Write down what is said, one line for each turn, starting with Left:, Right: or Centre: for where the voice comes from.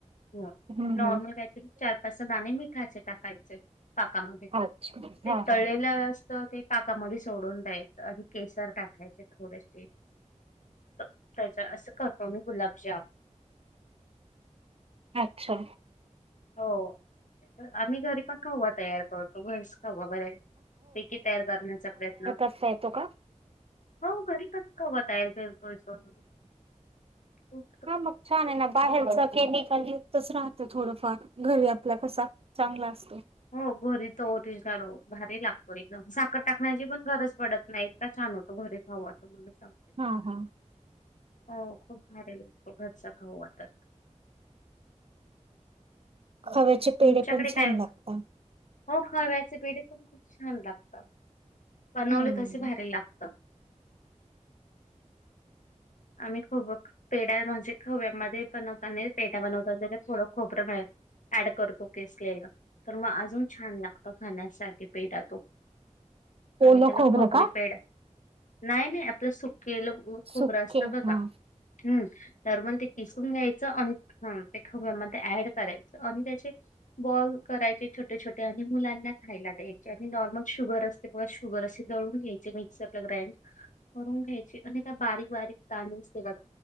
Left: ह
Right: हं,
Left: नॉर्मल
Right: हं.
Left: कायत चार पाचचा दाणे मिठाचे टाकायचे पाकामध्ये
Right: अच्छा
Left: ते
Right: हा
Left: तळेला
Right: हा
Left: ते पाकामध्ये सोडून द्यायचं आणि केसर टाकायचे थोडेसे त्याच्या असं करतो मी गुलाक्षा
Right: अच्छा
Left: हो आम्ही घरी पण खाऊत तयार करतो भैस खावा बर पैकीी तयार करण्याचा प्रयत्न
Right: क येतो का
Left: हो घरी कधकाव तयर फ तोय
Right: हा मग छान आहे ना बाहेरच केमिकल यच राहतं थोडंफार घर आपला कसा चांगला असतो
Left: हो घरी त तिलो भारी लागतो एकदम साखर टाकण्याची पण गरज पडत नाही छानतो घरी खावा तर मला सांगते
Right: हा हा
Left: हो खूप भारी लागतो घरचा खाऊ वा तर हो
Right: खव्याचे पेढ
Left: तुमच्याकडे
Right: पण छान
Left: काय
Right: लागतात
Left: हो खा व्याचे पेढ पण खूप छान लागत बनवले
Right: हम्म
Left: तसे भरयला लागत आम्ही खूघ पेड्या म्हणजे खव्यामध्ये बनवताना पेट्या बनवता थोडं खोबरं मिळल ऍड करतो केस केला तर मग अजून छान लागत खाण्यासाठी पेठ तो आम्ही
Right: ओलं
Left: त्याला
Right: खोबरं
Left: खोबरी
Right: का?
Left: पेड नाही नाही आपलं सुकेलं खूप
Right: सुके
Left: रस्त
Right: हा
Left: बघा हम्म नॉर्मल ते किसून घ्याय आणि ते खूपमध्ये ऍड करायचं आणि त्याचे बॉल करायचे छोटे छोटे आणि मुलांना खायला द्यायचे आणि नॉर्मल शुगर अस तेा शुगर असशी दळून घ्यायचे मिक्सरला ग्राइंड करून घ्यायचे अ का बारीक बारीक तांदू असते का